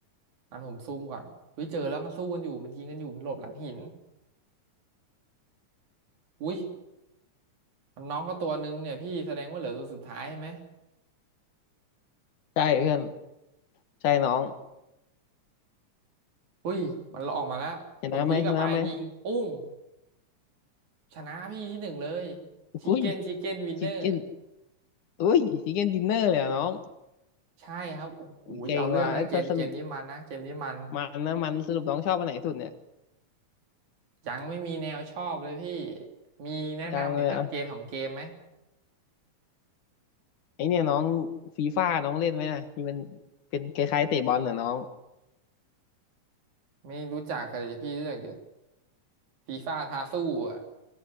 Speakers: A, on the right; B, on the left.
A: งั้นผมซุ่มก่อนอุ้ยเจอแล้วมันสู้กันอยู่มันยิงกันอยู่มันหลบหลังหินอุ้ยมันน้องก็ตัวหนึ่งเนี่ยพี่แสดงว่าเหลือตัวสุดท้ายใช่ไหม
B: ใช่เพื่อนใช่น้อง
A: อุ้ยมันออกมาแล้วผมพีกลับไปยิงปุ้ง
B: ชนะไหมชนะไหม
A: ชนะพี่ที่หนึ่งเลย
B: อุ้ย
A: ชิคเก้นชิคเก้นวินเนอร์
B: ชิคเก้นอุ้ยชิคเก้นดินเนอร์เลยอะน้อง
A: ใช่ครับโอ้โหเอาเรื่องนะเกมเกมนี้มันนะเกมนี้มัน
B: อุ้ยเก่งว่ะเอ้ยแต่สรุป มันนะมันสรุปน้องชอบอันไหนสุดเนี่ย
A: ยังไม่มีแนวชอบเลยพี่ มีแนะนำอีกสักเกมของเกมไหม
B: ยังเลยอ่ะไอเนี่ยน้องฟีฟ่าน้องเล่นไหมน่ะที่มันเป็นคล้ายๆเตะบอลน่ะน้อง
A: ไม่รู้จักกันเลยพี่รู้จักแต่ฟีฟ่าทาสู้อ่ะ